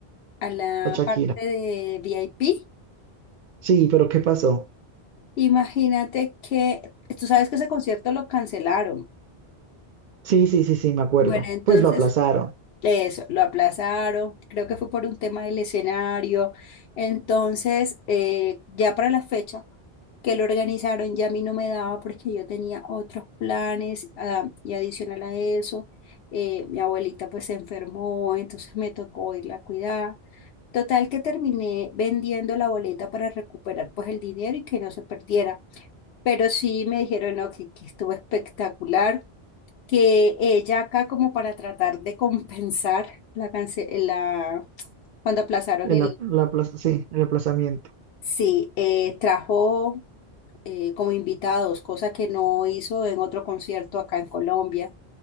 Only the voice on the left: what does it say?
a la
parte de VIP.
Imagínate que, tú sabes que ese concierto lo cancelaron.
Bueno, entonces,
de eso, lo aplazaron, creo que fue por un tema del escenario. Entonces, eh, ya para la fecha que lo organizaron, ya a mí no me daba porque yo tenía otros planes, ah, y adicional a eso, eh, mi abuelita pues se enfermó, entonces me tocó irla a cuidar. Total que terminé vendiendo la boleta para recuperar pues el dinero y que no se perdiera. Pero sí me dijeron no, que, que estuvo espectacular, que ella acá como para tratar de compensar la cance- la cuando aplazaron
el
sí, eh, trajo eh, como invitados, cosa que no hizo en otro concierto acá en Colombia,